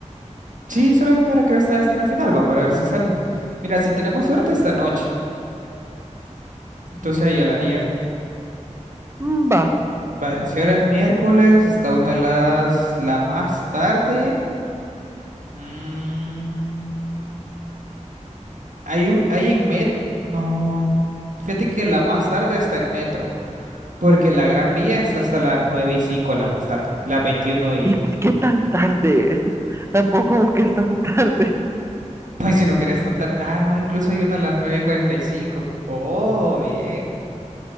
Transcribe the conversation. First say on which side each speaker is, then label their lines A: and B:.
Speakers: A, on the right (about 85°); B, on the right (about 20°).
A: Sí, solo déjame ver a qué hora está Destino Final, va, para ver si sale. Mira, si tenemos suerte esta noche, entonces ahí ya la haríamos.
B: Mm, va.
A: Vale, si ahora es miércoles, está una de las... la más tarde. Mm, Hay, un- hay en Met, no. Fíjate que la más tarde está en Metro, porque la Gran Vía está hasta las 9 y 5 la más tarde, las veintiuno y...
B: ¿Y por qué tan tarde? <laughs> Tampoco busques tan tarde.
A: Pues si no querés tan tarde... Ah, no, incluso hay una a las 9 y cuarenta y cinco Oh, bien.